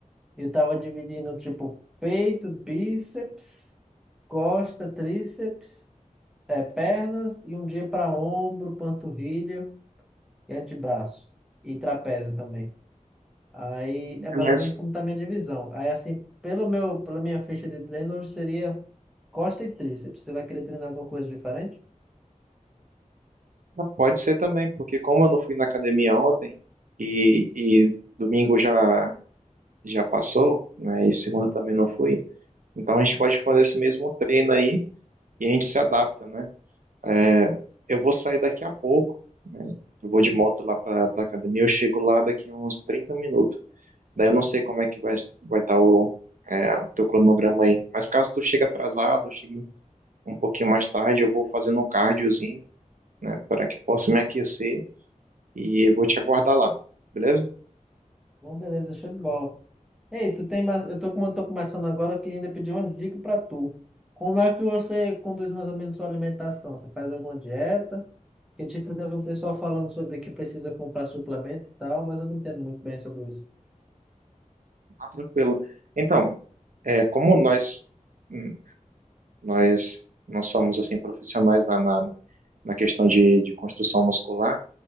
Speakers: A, in the centre; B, on the right.
A: e eu tava dividindo tipo peito, bíceps, costa, tríceps, é, pernas e um dia pra ombro, panturrilha e antebraço e trapézio também. Aí
B: Beleza.
A: é mais ou menos como está a minha divisão. Aí assim, pelo meu, pela minha ficha de treino, hoje seria costa e tríceps. Você vai querer treinar alguma coisa diferente?
B: Pode ser também, porque como eu não fui na academia ontem e, e domingo já, já passou, né? E segunda também não fui, então a gente pode fazer esse mesmo treino aí e a gente se adapta, né? É, eu vou sair daqui a pouco, né? Eu vou de moto lá pra, pra academia, eu chego lá daqui uns 30 minutos. Daí eu não sei como é que vai vai estar o, é, o teu cronograma aí. Mas caso tu chegue atrasado, chegue um pouquinho mais tarde, eu vou fazendo um cardiozinho, né, para que possa me aquecer e vou te aguardar lá, beleza?
A: Bom, beleza, show de bola. Ei, tu tem mais, eu tô como eu tô começando agora, eu queria ainda pedir uma dica para tu. Como é que você conduz mais ou menos sua alimentação? Você faz alguma dieta? Que tipo, eu já vi um pessoal falando sobre que precisa comprar suplemento e tal, mas eu não entendo muito bem sobre isso.
B: Ah, tranquilo. Então, é, como nós hum, nós não somos assim profissionais na, na, na questão de, de construção muscular,